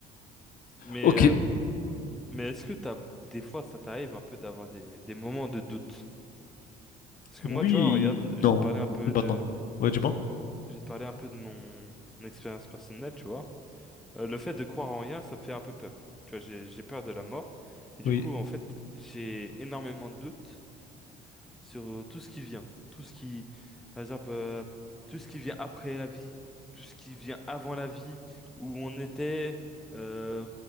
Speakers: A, in the centre; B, on the left.
A: Mais,
B: Ok,
A: euh, mais est-ce que t'as, des fois, ça t'arrive un peu d'avoir des, des moments de doute? Parce que
B: Oui,
A: moi, tu vois, regarde, j'ai
B: non,
A: te parlé un peu
B: plus maintenant.
A: de,
B: Ouais, du moins.
A: j'ai te parlé un peu de mon expérience personnelle, tu vois. Euh, le fait de croire en rien, ça me fait un peu peur. Tu vois, j'ai j'ai peur de la mort. Et du
B: Oui.
A: coup, en fait, j'ai énormément de doutes sur euh, tout ce qui vient. Tout ce qui, par exemple, euh, tout ce qui vient après la vie, tout ce qui vient avant la vie, où on était, euh,